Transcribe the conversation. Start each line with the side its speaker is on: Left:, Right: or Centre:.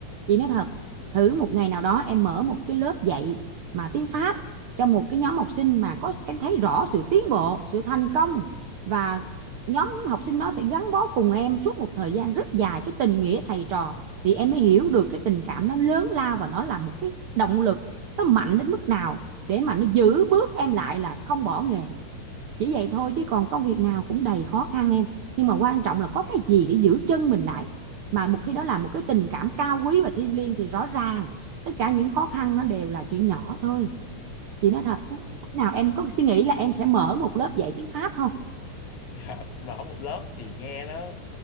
Right: chị nói thật thử một ngày nào đó em mở một cái lớp dạy mà tiếng Pháp cho một cái nhóm học sinh mà có em thấy rõ sự tiến bộ sự thành công và nhóm học sinh đó sẽ gắn bó cùng em suốt một thời gian rất dài cái tình nghĩa thầy trò thì em mới hiểu được cái tình cảm nó lớn lao và nó là một cái động lực nó mạnh đến mức nào để mà nó giữ bước em lại là không bỏ nghề chỉ vậy thôi chứ còn công việc nào cũng đầy khó khăn em nhưng mà quan trọng là có cái gì để giữ chân mình lại mà một khi đó là một cái tình cảm cao quý và thiêng liêng thì rõ ràng tất cả những khó khăn nó đều là chuyện nhỏ thôi chị nói thật á nào em có suy nghĩ là em sẽ mở một lớp dạy tiếng Pháp không
Left: dạ mà học một lớp thì nghe nó